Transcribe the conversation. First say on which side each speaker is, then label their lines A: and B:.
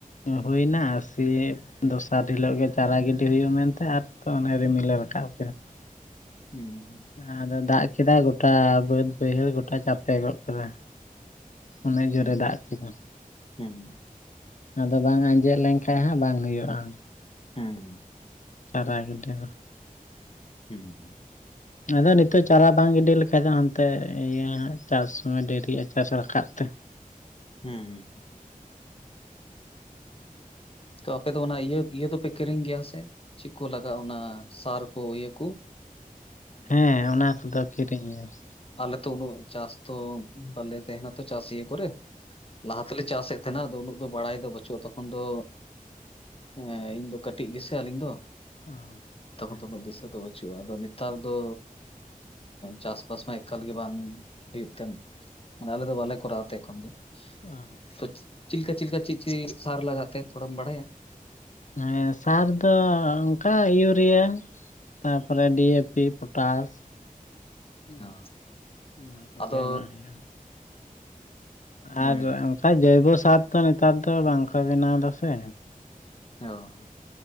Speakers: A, on the left; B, on the left.
A: ᱦᱩᱭᱱᱟ ᱥᱤ ᱫᱚᱥᱟᱨ ᱦᱤᱞᱳᱜ ᱜᱮ ᱪᱟᱨᱟ ᱜᱤᱰᱤ ᱦᱩᱭᱩᱜᱼᱟ ᱢᱮᱱᱛᱮ ᱟᱨ ᱛᱚ ᱚᱱᱮ ᱨᱤᱢᱤᱞᱮ ᱨᱟᱠᱟᱵ ᱠᱮᱼᱟ ᱾
B: ᱦᱮᱸ
A: ᱟᱫᱚ ᱫᱟᱜ ᱠᱮᱫᱟ ᱜᱚᱴᱟ ᱵᱟᱹᱛ ᱵᱟᱹᱭᱦᱟᱹᱲ ᱜᱚᱴᱟᱭ ᱪᱟᱯᱮ ᱜᱚᱫ ᱠᱟᱫᱟ ᱾ ᱩᱱᱟᱜ
B: ᱦᱩᱸ
A: ᱡᱩᱨᱮ ᱫᱟᱜ ᱠᱮᱫᱟ ᱾
B: ᱦᱩᱸ
A: ᱟᱫᱚ ᱵᱟᱝ ᱟᱸᱡᱮᱫ ᱞᱮᱱᱠᱷᱟᱱᱡ ᱦᱟᱸᱜ ᱵᱟᱝ ᱦᱩᱭᱩᱜᱼᱟ ᱾
B: ᱦᱩᱸ
A: ᱪᱟᱨᱟᱭ ᱜᱮ ᱫᱚ
B: ᱦᱮᱸ
A: ᱟᱫᱚ ᱱᱤᱛᱚᱜ ᱪᱟᱨᱟ ᱵᱟᱝ ᱜᱤᱰᱤ ᱞᱮᱠᱷᱷᱟᱡ ᱫᱚ ᱦᱟᱱᱛᱮ ᱤᱭᱟᱹ ᱦᱟᱜ ᱪᱟᱥ ᱥᱚᱢᱚᱭ ᱰᱮᱨᱤᱜᱼᱟ ᱪᱟᱥ ᱨᱟᱠᱟᱵ ᱛᱮ ᱾
B: ᱦᱩᱸ ᱛᱚ ᱟᱯᱮ ᱫᱚ ᱚᱱᱟ ᱤᱭᱟᱹ ᱤᱭᱟᱹ ᱫᱚᱯᱮ ᱠᱤᱨᱤᱧ ᱜᱮᱭᱟ ᱥᱮ? ᱪᱮᱫ ᱠᱚ ᱞᱟᱜᱟᱜᱼᱟ ᱚᱱᱟ ᱥᱟᱨ ᱠᱚ ᱤᱭᱟᱹ ᱠᱚ
A: ᱦᱮᱸ ᱚᱱᱟ ᱠᱚᱫᱚ ᱠᱤᱨᱤᱧ <inaudible>
B: ᱟᱞᱮᱛᱚ ᱩᱱᱟᱹᱜ ᱪᱟᱥ ᱛᱚ ᱵᱟᱞᱮ ᱛᱟᱦᱮᱱᱟ ᱛᱚ ᱪᱟᱥᱤᱭᱟᱹ ᱠᱚᱨᱮ ᱞᱟᱦᱟ ᱛᱮ ᱞᱮ ᱪᱟᱥᱮᱫ ᱛᱟᱦᱮᱱᱟᱜ ᱫᱚ ᱩᱱᱟᱹᱜ ᱫᱚ ᱵᱟᱲᱟᱭ ᱫᱚ ᱵᱟᱹᱪᱩᱜ-ᱟ ᱛᱚᱠᱷᱚᱱ ᱫᱚ ᱮᱸ ᱤᱧ ᱫᱚ ᱠᱟᱹᱴᱤᱡ ᱜᱮᱥᱮ ᱟᱹᱞᱤᱧ ᱫᱚ
A: ᱚ
B: ᱛᱠᱷᱚᱱ
A: ᱦᱮᱸ
B: ᱫᱚ ᱩᱱᱟᱹᱜ ᱫᱤᱥᱟᱹ ᱫᱚ ᱦᱪᱩᱜ-ᱟ ᱟᱫᱚ ᱱᱮᱛᱟᱨ ᱫᱚ ᱪᱟᱥᱵᱟᱥ ᱢᱟ ᱮᱠᱟᱞ ᱜᱮ ᱵᱟᱝ ᱦᱩᱭᱩᱜ ᱠᱟᱱ ᱢᱟᱱᱮ ᱟᱞᱮ ᱫᱚ ᱵᱟᱞᱮ ᱠᱚᱨᱟᱣ ᱛᱮ ᱮᱠᱷᱚᱱ ᱫᱚ᱾
A: ᱚ
B: ᱪᱮᱫ ᱞᱮᱠᱟ ᱪᱮᱫ ᱞᱮᱠᱟ ᱪᱮᱫ ᱪᱮᱫ ᱥᱟᱨ ᱞᱟᱜᱟᱜ ᱛᱮ ᱛᱷᱚᱲᱟᱢ ᱵᱟᱰᱟᱭᱟ?
A: ᱮᱸ ᱥᱟᱨ ᱫᱚ ᱚᱱᱠᱟ ᱤᱭᱩᱨᱤᱭᱟ ᱛᱟᱯᱚᱨᱮ ᱰᱤ ᱮ ᱯᱤ ᱯᱚᱴᱟᱥ᱾ ᱦᱸ
B: ᱚ
A: ᱚᱱᱟ ᱠᱚᱜᱮ
B: ᱟᱫᱚ
A: ᱮᱢᱟᱜ ᱦᱩᱭᱩᱜ-ᱟ ᱾
B: ᱦᱩᱸ
A: ᱟᱨ ᱚᱱᱠᱟ ᱡᱚᱭᱵᱚ ᱥᱟᱨ ᱫᱚ ᱱᱮᱛᱟᱨ ᱫᱚ ᱵᱟᱝ ᱠᱚ ᱵᱮᱱᱟᱣ ᱫᱟᱥᱮ᱾
B: ᱚ